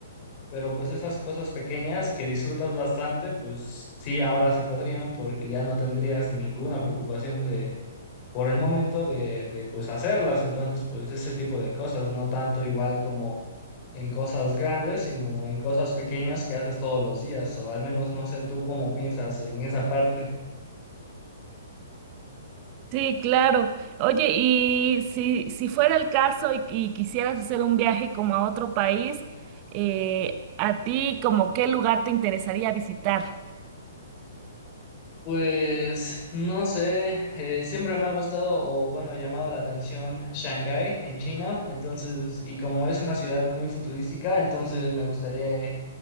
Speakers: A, on the left; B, on the right.
A: pero pues esas cosas pequeñas que disfrutas bastante, pues sí, ahora se podrían porque ya no tendrías ninguna preocupación de... por el momento de, de pues hacerlas, entonces pues ese tipo de cosas, no tanto igual como en cosas grandes, sino en cosas pequeñas que haces todos los días, o al menos no sé tú cómo piensas en esa parte.
B: Sí, claro. Oye, y si, si fuera el caso y, y quisieras hacer un viaje como a otro país, eh, ¿a ti como qué lugar te interesaría visitar?
A: Pues no sé, eh, siempre me ha gustado o bueno, llamado la atención Shanghái en China, entonces, y como es una ciudad muy futurística, entonces me gustaría